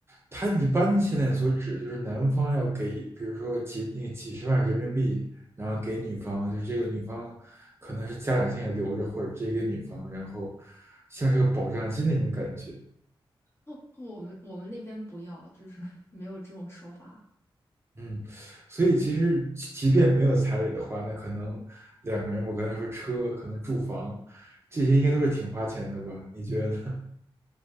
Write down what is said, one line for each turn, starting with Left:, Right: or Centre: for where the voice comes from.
Right: 他一般现在所指就是男方要给，比如说几那个几十万人民币，然后给女方，就是这个女方可能是家长现在留着，或者直接给女方，然后像是个保障金那种感觉。
Left: 哦，我们我们那边不要，就是 <laughs> 没有这种说法。
Right: 嗯，所以其实即便没有彩礼的话，那可能两个人，我刚才说车，可能住房，这些应该都是挺花钱的吧？你觉得呢？